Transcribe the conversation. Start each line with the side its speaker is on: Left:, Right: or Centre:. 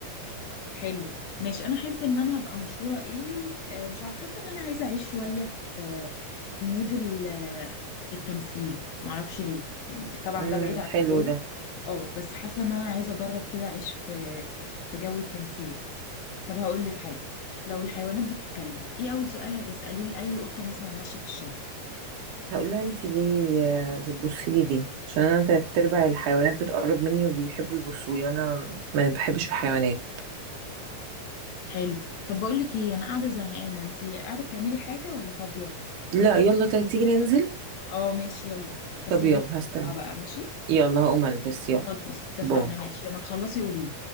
Left: حلو ماشي انا احب ان انا ابقى مشهورة ايه آه، مش عارفة حاسة ان انا عايزة اعيش شوية في في مود ال- آه، التمثيل معرفش ليه يعني طبعا
Right: امم
Left: ده بعيد عن
Right: حلو
Left: مجالي
Right: ده
Left: اه بس حاسة ان انا عايزة اجرب كده اعيش في في جو التمثيل طب هقول لك حاجة لو الحيوانات بتتكلم ايه اول سؤال هتسأليه لأي قطة مثلا ماشية في الشارع
Right: هقول لها انت ليه آه، بتبصي لي ليه عشان انا تلات ارباع الحيوانات بتقرب مني وبيحبوا يبصوا لي وانا ما بحبش الحيوانات
Left: حلو طب بقول لك ايه انا قاعدة زهقانة انتي قاعدة بتعملي حاجة ولا فاضية
Right: لا يلا طيب تيجي ننزل
Left: اه ماشي يلا بس
Right: طب
Left: البيت
Right: يلا هستنى
Left: بقى ماشي
Right: يلا هقوم البس يلا
Left: خلاص اتفقنا
Right: بو
Left: ماشي لما تخلصي قوليلي